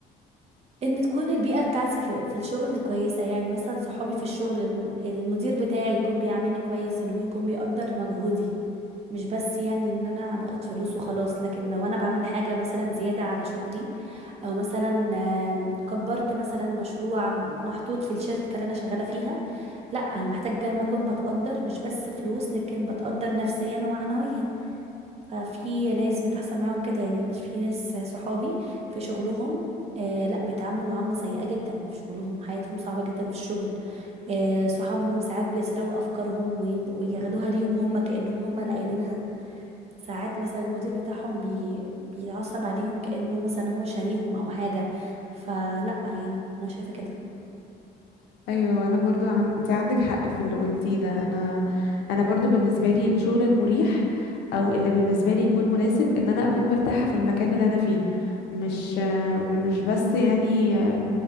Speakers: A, on the right; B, on the left.
A: ان تكون البيئة بتاعتي في, في الشغل كويسة يعني مثلا صحابي في الشغل الم... المدير بتاعي يكون بيعاملني كويس ان هو يكون بيقدر مجهودي مش بس يعني ان انا باخد فلوس وخلاص لكن لو انا بعمل حاجة مثلا زيادة على شغلي او مثلا آم، كبرت مثلا مشروع محطوط في الشركة اللي انا شغالة فيها لا انا محتاجة ان اكون بتقدر مش بس فلوس لكن بتقدر نفسيا ومعنويا ففي ناس بتحصل معاهم كده يعني مش في ناس صحابي في شغلهم آه لا بيتعاملوا معاملة سيئة جدا في شغلهم حياتهم صعبة جدا في الشغل آه صحابهم ساعات بيسرقوا أفكارهم وين- وياخدوها ليهم هم كأنهم هم اللي قايلينها ساعات مثلا المدير بتاعهم بي... بيتعصب عليهم كأنه مثلا هو شاريهم أو حاجة فلا يعني أنا شايفة كده
B: ايوه انا برضو عن... انت عندك حق في اللي قلتيه ده انا انا برضو بالنسبه لي الشغل المريح او اللي بالنسبه لي يكون مناسب ان انا اكون مرتاحه في المكان اللي انا فيه مش مش بس يعني آه،